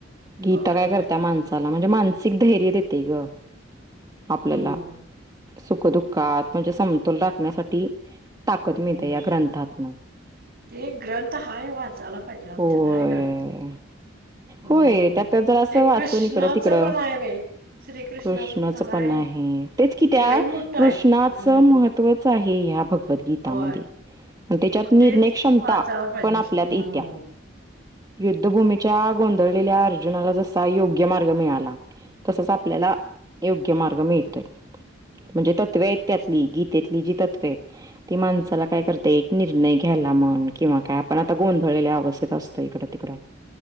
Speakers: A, on the right; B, on the right.
A: गीता
B: होय
A: काय
B: होय.
A: करत माणसाला म्हणजे माण सिगध ैर्यत येते ग आपल्याला
B: हम्म.
A: सुखदुःखात म्हणजे समतोल राखण्यासाठी ताकद मिळते
B: हम्म.
A: या ग्रंथातना
B: ते ग्रंथ हाय वाचायला पाहिजे आमच्यात
A: होय.
B: हाय ग्रंथ हम्म.
A: होय त्यात जरा असं
B: ते
A: वाचून
B: कृष्णाचं
A: इकडं तिकडं
B: पण आहे बाई. श्रीकृष्णाचं
A: कृष्णच
B: हाय.
A: पण आहे तेच की त्या
B: ते लई मोठं
A: कृष्णाचं
B: आहे. हम्म.
A: महत्वच आहे क ह बघ गीतामध्ये
B: होय.
A: त्याच्यात
B: मग
A: निर्णय
B: तेच
A: क्षमता
B: वाचायला पाहिजे.
A: पण आपल्यात
B: हम्म.
A: येत्या युद्धभूमीच्या गों ले अर्जुनाला जसा योग्य मार्ग मिळाला तसच आपल्याला योग्य मार्ग मिळतोय म्हणजे तत्वे आहेत त्यातली गीतेतली जी तत्व आहेत ती माणसाला काय करते एक निर्णय घ्यायला म्हण किंवा काय आपण आता गो अवथ असत इड तिकड